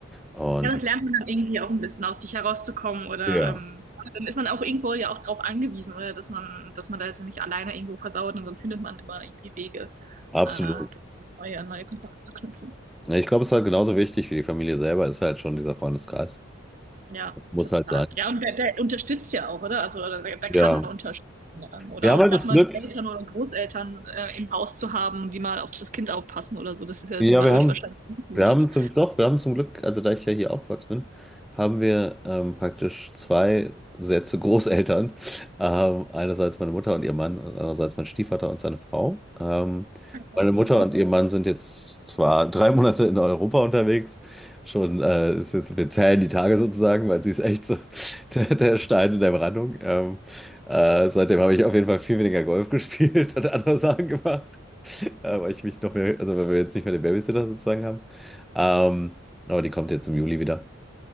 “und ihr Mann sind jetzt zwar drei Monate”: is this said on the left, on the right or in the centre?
Centre